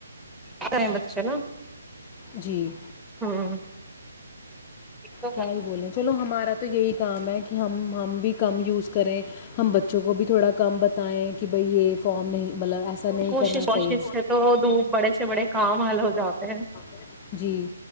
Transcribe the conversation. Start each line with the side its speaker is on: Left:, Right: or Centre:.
Centre: سرے بچے نا
Left: جی
Centre: ہوں تو
Left: کیا ہی بولیں چلو ہمارا تو یہی کام ہے کہ ہم ہم بھی کم یوز کریں ہم بچوں کو بھی تھوڑا کم بتائیں کہ بھائی یہ فام نہیں مطلب ایسا نہیں
Centre: کوشش
Left: کرنا
Centre: کوشش
Left: چاہیے
Centre: سے تو دپ بڑے سے بڑے کام حل ہو جاتے ہیں
Left: ہیں جی